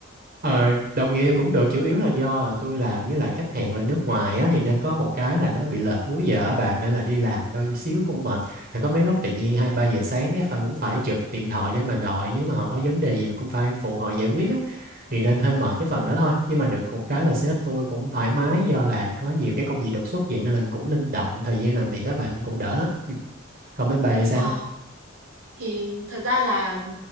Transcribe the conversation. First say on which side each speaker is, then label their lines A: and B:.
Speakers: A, on the right; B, on the right.
A: Ờ, đồng nghĩa thì cũng được chủ yếu là do tôi làm với lại khách hàng bên nước ngoài á, thì nên có một cái là nó bị lệch múi giờ á bà nên là đi làm đôi xíu cũng mệt thì có mấy lúc tự nhiên hai ba giờ sáng cái phải cũng phải trực điện thoại để mà gọi nếu mà họ có vấn đề gì mình cũng phải phụ họ giải quyết á thì nên hơi mệt cái phần đó thôi nhưng mà được một cái là sếp tôi cũng thoải mái do là có nhiều cái công việc đột xuất vậy nên là cũng linh động thời gian làm việc các bạn cũng đỡ lắm ừ. còn bên bà thì sao
B: Ờ thì thật ra là ừ,